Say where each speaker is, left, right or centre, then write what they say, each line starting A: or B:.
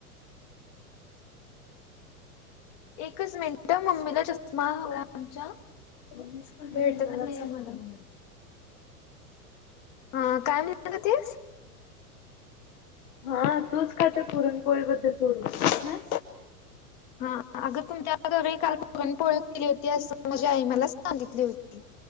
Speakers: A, on the left; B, on the left.
A: एकच मिनिट हा, मम्मीला चष्मा हवा आमच्या.
B: ऑफीसमध्ये
A: भेटत
B: जाणारी
A: नाहीये
B: असणार
A: मला
B: मग
A: हा काय म्हणत होतीस?
B: हा तूच काय त्यो पुरण पोळीबद्दल असणार.
A: हा अगं तुमच्या घरी काल पूरणपोळी
B: पुरणपोळी
A: केली
B: केलेली
A: होती. असं म्हजे
B: माझ्या
A: आई मला सांगितली होती.